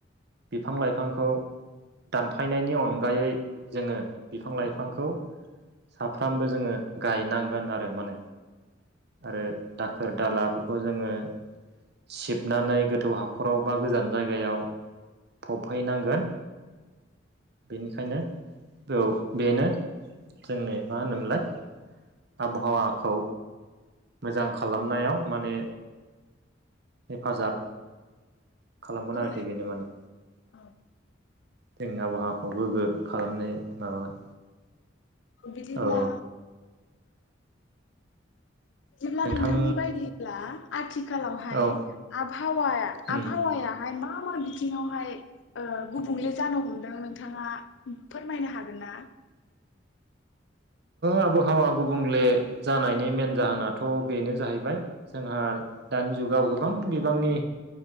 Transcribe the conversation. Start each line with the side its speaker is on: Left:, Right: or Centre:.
Right: बिफां लाइफांखौ दानफायनायनि अनगायै जोङो बिफां लाइफांखौ साफ्रामबो जोङो गायनांगोन आरो मा होन आरो दाखोर दालाफोरखौ जोङो सिबनानै गोथौ हाखराव बा गोजान जायगायाव फबहैनांगोन बेनिखायनो बेयाव बेनो जोंनि मा होनोमोनलाय आबहावाखौ मोजां खालामनायाव माने हेफाजाब खालामगोन
Left: हागोन
Right: आरोखि बेनो माने।
Left: हागोन
Right: जोंनि आबहावाखौबो गोग्गो खालामनाय माबागोन
Left: बिदिब्ला
Right: औ
Left: बिदिब्ला
Right: नोंथां
Left: नोंथांनि बायदिब्ला आथि थिखालावहाय
Right: औ
Left: आबाहावा
Right: उम
Left: आबहावायाहाय मा मा मा बिथिङावहाय ओ गुबुंले जानो हमदों नोंथाङा फोरमायनो हागोन ना?
Right: आबहावा गुबुंले जानायनि मेन जाहोनाथ' बेनो जाहैबाय जोंहा दानि जुगाव गोबां बिबांनि